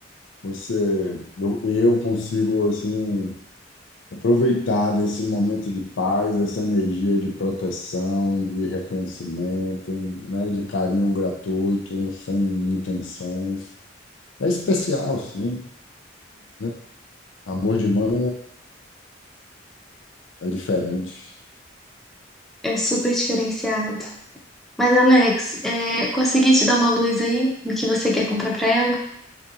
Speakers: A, on the left; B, in the centre.
A: Você, eu, eu consigo assim aproveitar desse momento de paz, essa energia de proteção, de reconhecimento, né, de carinho gratuito, sem intenções. É especial, sim, né? Amor de mãe é, é diferente.
B: É, é super diferenciado. Mas, Alex, é, consegui te dar uma luz aí no que você quer comprar pra ela?